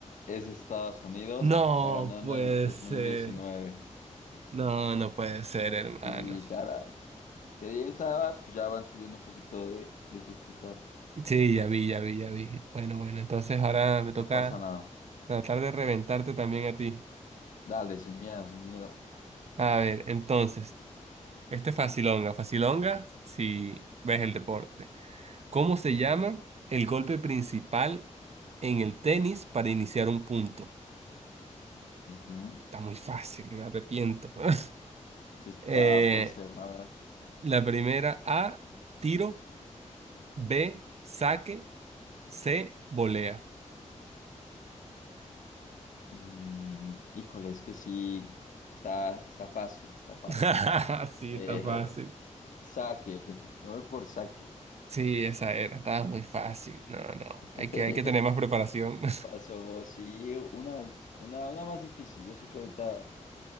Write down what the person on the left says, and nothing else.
Es Estados Unidos,
la ganó en
el 2019.
Y caray. De 10 a, pues ya van subiendo un poquito de dificultad.
No pasa nada.
Dale, sin miedo, sin miedo.
Ok.
Ujú.
Sí está,
puede ser. A ver.
Mm, híjole, es que sí. Está, está fácil, está fácil.
Eh,
o- saque. Me voy por saque.
<laughs>
Pasó, sí, una, una, una más difícil. Yo sé que ahorita